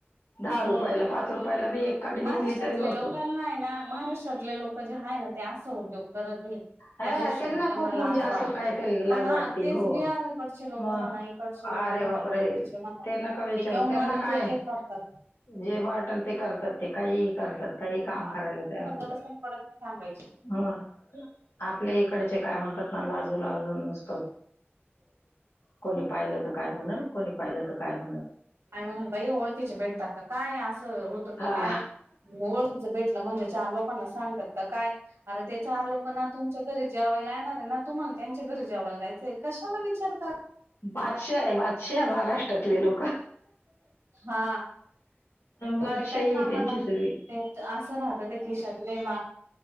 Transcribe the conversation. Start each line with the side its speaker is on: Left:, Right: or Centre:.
Left: दहा
Right: मग
Left: रुपयाला पाच रुपयाला बी एक काडी विकली
Right: महाराष्ट्रातले
Left: तरी भरपूर
Right: लोकांना हाय ना महाराष्ट्रातले लोक जे हाय ना ते आस स उद्योग करत नाई.
Left: हा
Right: त्या गोष्टीची त्यांना
Left: खूप
Right: लाज
Left: म्हणजे असं
Right: वाटते
Left: काहीतरी लाज
Right: पण हा
Left: वाटते
Right: तेच
Left: हो
Right: बिहारकडचे लोक
Left: मग
Right: म्हणा ईकडचे लोक
Left: अरे
Right: म्हना
Left: बापरे
Right: यूपी चे म्हना
Left: नका विचारू
Right: ते घेऊन
Left: त्यांना
Right: आणि
Left: काय
Right: ते ते करतात.
Left: जे वाटल ते करतात ते काहीहि करतात. काही काम
Right: हा
Left: करायला
Right: त्यांना
Left: तयार होतात
Right: गरज पण पडत नाही सांगायची
Left: हो. आपल्या इकडचे काय म्हणतात ना लाजू लाजून नुसतं कोणी पाहिलं तर काय म्हणल कोणी पाहिलं तर काय म्ह
Right: आणि म्हणून बाई ओळखीचे भेटता का काय असं होतं
Left: हा.
Right: का काय ओळखीचं भेटलं म्हणजे चार लोकांना सा सांगतात का काय अरे ते चार लोकांना तुमच्या घरी जेवायला येणार हाय ना तुम्हाला च्या घरी जेवायला जायचंय कशाला विचार करा
Left: बादशा हाय बादशहा महाराष्ट्रातले लोक.
Right: हा. पण
Left: बादशाही
Right: ते काय
Left: आहे
Right: कामाला
Left: त्यांची सगळी
Right: ते असं राहत ते खिशातले <unintelligible>